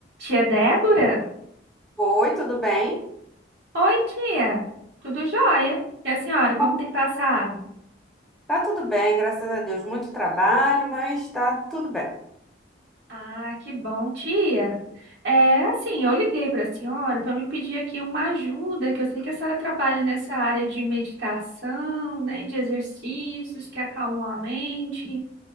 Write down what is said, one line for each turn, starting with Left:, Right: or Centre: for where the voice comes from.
Right: Tia Débora?
Centre: Oi, tudo bem?
Right: Oi, tia. Tudo jóia? E a senhora, como
Centre: Como-
Right: tem passado?
Centre: Tá tudo bem, graças a Deus. Muito trabalho, mas tá tudo bem.
Right: Ah, que bom, tia. É, assim, eu liguei para a senhora para me pedir aqui uma ajuda, que eu sei que a senhora trabalha nessa área de meditação, né, de exercícios que acalmam a mente.